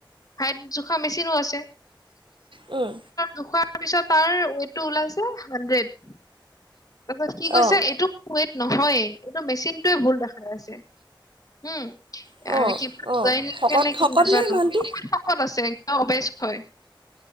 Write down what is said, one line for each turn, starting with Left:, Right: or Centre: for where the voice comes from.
Left: হাইত জোখা মেচিনো আছে।
Right: উম।
Left: জোখাৰ পিছত তাৰ ৱোৱেটো ওলাইছে হাণ্ড্ৰেড। তাৰপিছত কি কৈছে
Right: অঁ
Left: এইটো ৱোৱেট নহয়, মেচিনটোৱে ভুল দেখাই আছে হম। <unintelligible>
Right: অ', অ', শকত শকত নে মানুহটো?